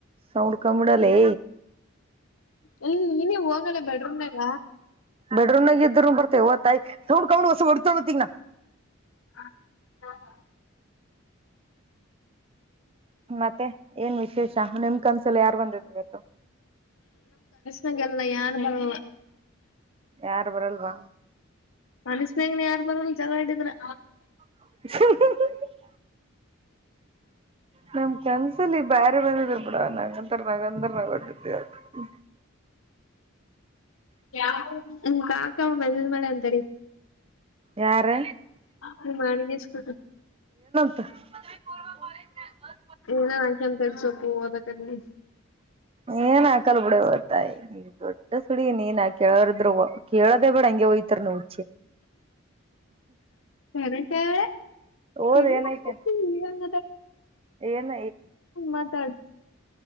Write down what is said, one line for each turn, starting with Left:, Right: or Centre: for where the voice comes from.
Right: ಸೌಂಡ ಕಮ್ಮಿ ಇಡಲೇ
Left: ಎಲ್ಲಿ ನೀನೇ ಹೋಗಲ್ಲ ಬೆಡ್ರೂಮ್ ನಾಗ
Right: ಬೆಡ್ರೂಮ್ ನಾಗ ಇದರು ಬರ್ತತೆಓತ್ತಾಯ ಸೌಂಡ್ ಕಮ್ಮ್ ಇಡು ಹೊಸ ಹೊಡ್ತನ್ ನೋಡ್ ಈಗ
Left: ಹ ಹ <unintelligible>
Right: ಮತ್ತೆ ಏನ್ ವಿಶೇಷ ನಿಮ್ ಕನ್ಸಲ್ಲ ಯಾರು ಬಂದಿದ್ರು ಇವತ್ತು
Left: ನಂಗೆಲ್ಲ ಯಾರು ಬರಲ್ಲ
Right: ಯಾರು ಬರಲ್ವಾ
Left: ಕನಸಲ್ಲಿ ಯಾರು ಬರಲ್ಲ ಜಗಳ ಆಡಿದರೆ
Right: <unintelligible> ನಮ ಕನ್ಸಲಿ ಬೇಾರೆ ಬಂದಿದ್ರ ಬಿಡವ ನಂಗಂತರ ನಗಂದ್ರ ನಗು ಬರ್ತಿತೆ ಇವತ್ತು
Left: ಹ್ಮ ಕಾಕಾ ಮೆಸೇಜ್ ಮಾಡ್ಯಾನ ತಡಿ
Right: ಯಾರು
Left: ನಿ ಮಾಡಿಗೆ ಇಸ್ಕ್
Right: ದ ಪೂರ್ವ ಬ <unintelligible>
Left: ಏನೋ ಅಕ್ಯನ ತಗ ಸೋಪು ಓದಕತೀನಿ
Right: ಏನ್ ಹಾಕಲ್ ಬಿಡವತ್ತಾಯ ದೊಡ್ಡ ಸುಳ ನೀನ್ ಕೇಳಾರಿದ್ರು ಕೇಳದೇ ಬಿೇಡ ಹಂಗೆ ಹೋಯ್ತಾರ ನೀವ್
Left: ಸರೆ ಸರೆ <unintelligible>
Right: ಓದ್ ಏನೈತೆ
Left: ಹ ಪಕ್ಕೆ ಕೆಲಿ ಸಾನ <unintelligible>
Right: ಏನ್
Left: ಮಾತಾಡ್ತಿ